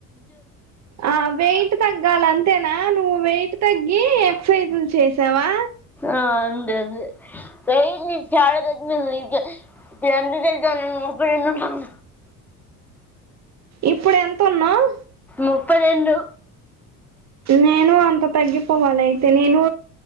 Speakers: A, on the right; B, in the centre.
A: ఆ వెయిట్ తగ్గాలి అంతే. నువ్వు వెయిట్ తగ్గి ఎక్ససైజ్లు చేసావా.
B: ఆ అండ్ వెయిట్ చాలా తగ్గినా మీ అందరి తెలుసు నేను ముప్పైఏళ్ళు ఉంటాను
A: ఇప్పుడు ఎంత ఉన్నావు
B: ముప్పైరెండు
A: నేను అం అ తగ్గిపోవాల అయితే నేను